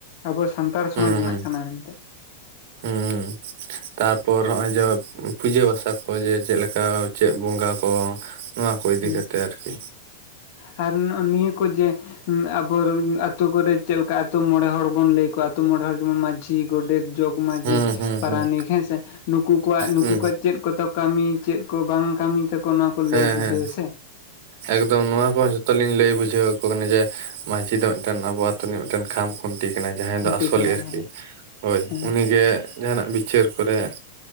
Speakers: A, on the left; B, on the right.
A: ᱟᱵᱚ ᱥᱟᱱᱛᱟᱲ ᱥᱚᱢᱟᱡ
B: ᱦᱩᱸ ᱦᱩᱸ
A: ᱨᱮᱱᱟᱜ ᱠᱟᱱᱟ ᱢᱮᱱ ᱛᱮ
B: ᱦᱩᱸ ᱦᱩ ᱛᱟᱨᱯᱚᱨ ᱱᱚᱜᱼᱚᱭ ᱡᱮ ᱯᱩᱡᱟᱹ ᱯᱟᱥᱟ ᱠᱚ ᱡᱮ ᱪᱮᱫᱠᱟ ᱪᱮᱫ ᱵᱚᱸᱜᱟ ᱠᱚ ᱱᱚᱣᱟ ᱠᱚ
A: ᱦᱮᱸ
B: ᱤᱫᱤ ᱠᱟᱛᱮ ᱟᱨᱠᱤ᱾
A: ᱦᱮᱸ ᱟᱨ ᱱᱤᱭᱟᱹ ᱠᱚ ᱡᱮ ᱦᱩᱸ ᱟᱵᱚ ᱨᱮᱱ ᱟᱛᱩ ᱠᱚᱨᱮ ᱪᱮᱞᱮᱠᱟ ᱟᱛᱩ ᱢᱚᱬᱮ ᱦᱚᱲ ᱵᱚᱱ ᱞᱟᱹᱭ ᱠᱚᱣᱟ ᱟᱛᱩ ᱢᱚᱬᱮ ᱦᱚᱲ ᱡᱮᱢᱚᱱ ᱢᱟᱡᱷᱤ ᱢᱟᱹᱡᱷᱤ ᱜᱚᱰᱮᱛ ᱡᱚᱜᱽ ᱢᱟᱹᱡᱷᱤ
B: ᱦᱩᱸ ᱦᱩᱸ
A: ᱯᱟᱨᱟᱱᱤᱠ
B: ᱦᱩᱸ
A: ᱦᱮᱸᱥᱮ ᱱᱩᱠᱩ ᱠᱚᱣᱟᱜ ᱱᱩᱠᱩ
B: ᱦᱩᱸ
A: ᱠᱚ ᱪᱮᱫ ᱠᱚᱛᱚ ᱠᱟᱹᱢᱤ ᱪᱮᱫ ᱠᱚ ᱵᱟᱝ ᱠᱟᱹᱢᱤ ᱛᱟᱠᱚ ᱱᱚᱣᱟ ᱠᱚ
B: ᱦᱮᱸ
A: ᱞᱟᱹᱭ ᱵᱩᱡᱷᱟᱹᱣ᱾
B: ᱦᱮᱸ
A: ᱥᱮ
B: ᱮᱠᱫᱚᱢ ᱱᱚᱣᱟ ᱠᱚᱦᱚᱸ ᱡᱚᱛᱚᱞᱤᱧ ᱞᱟᱹᱭ ᱵᱩᱡᱷᱟᱹᱣᱟᱠᱚ ᱠᱟᱱᱟ ᱡᱮ ᱢᱟᱸᱹᱡᱷᱤ ᱫᱚ ᱢᱤᱫᱴᱮᱱ ᱟᱵᱚ ᱟᱛᱳ ᱨᱤᱱᱤᱡ ᱢᱤᱫᱴᱮᱱ ᱠᱷᱟᱢ ᱠᱷᱩᱱᱴᱤ ᱠᱟᱱᱟᱭ ᱡᱟᱦᱟᱸᱭ
A: ᱠᱷᱩᱱᱴᱤ
B: ᱫᱚ ᱟᱥᱚᱞᱤᱜ
A: ᱠᱟᱱᱟᱭ
B: ᱟᱨᱠᱤ,
A: ᱦᱮᱸ
B: ᱦᱳᱭ
A: ᱦᱮᱸ
B: ᱩᱱᱤᱜᱮ ᱡᱟᱦᱟᱸᱱᱟᱜ ᱵᱤᱪᱟᱹᱨ ᱠᱚᱨᱮᱜ,